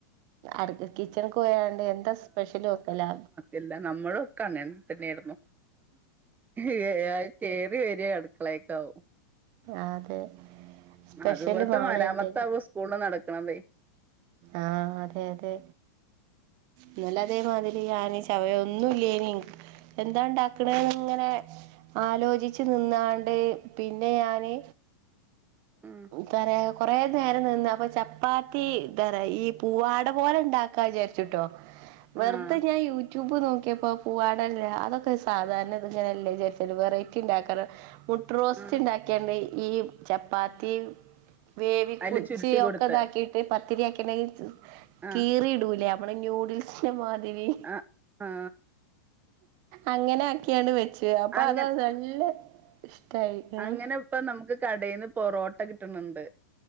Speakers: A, on the right; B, on the right.
A: അട് കിച്ചണക്ക് പോയാണ്ട് എന്താ സ്പെഷ്യലും ഒക്കെലാ
B: എല്ല നമ്മളൊക്കെ അങ്ങ തന്നെയരുന്നു ഏ അതൊക്കെ കേറി വരുവാ അടുക്കളേക്കാവും
A: അതെ സ്പെഷ്യലും
B: അതുപോലത്തെ
A: ആണ്
B: മരാമത്താവും
A: എന്തെങ്കിലും
B: സ്കൂള് നടക്കണതേ
A: ആ അതെ അതെ ഇന്നല്ലാതെമാതിരി ഞാന് ചവയൊന്നും ഇല്ലേനി എന്താണ്ടക്കണ് ഇങ്ങനെ ആലോചിച്ചു നിന്നാണ്ട് പിന്നെ ഞാന്
B: ഉം
A: പറയാ കൊറെ നേരം നിന്ന അപ്പോ ചപ്പാത്തി. എന്ത പറ ഈ പൂവാട പോലെ ഉണ്ടാക്കാ വിചാരിച്ചുട്ടോ. വെറുതെ
B: ആഹ്
A: ഞാൻ യൂട്യൂബ് നോക്കിയപ്പോ പുവാടആല്ല അതൊക്കെ സാധാരണ തിന്ന്ണല്ലേ വിചാരിച്ചാണ്ട് വെറൈറ്റി ഉണ്ടാക്കണം മുട്ട്റോസ്റ്റ്
B: ആഹ്
A: ഉണ്ടാ കണ്ട് ഈ ചപ്പാത്തി വേവി
B: അതില്
A: കുച്ചി
B: ചുരുട്ടി കൊടുത്ത്
A: ഒക്കെ ഇതാക്കിട്ട്. പത്തിരിയാക്കിണ്ടെ
B: ആഹ്
A: കീറി ഇടൂലേ നമ്മള് ന്യുഡിൽസിന്റെ മാതിരി
B: ആഹ് ആഹ്.
A: അങ്ങനെ ആക്കിയണ്ട് വെച്ച് അപ്പോ
B: അങ്ങ
A: അത നല്ല ഇഷ്ടായി. ഉം
B: അങ്ങനെ ഇപ്പോ നമുക്ക് കടേന്ന് പൊറോട്ട കിട്ടുന്നുണ്ട്.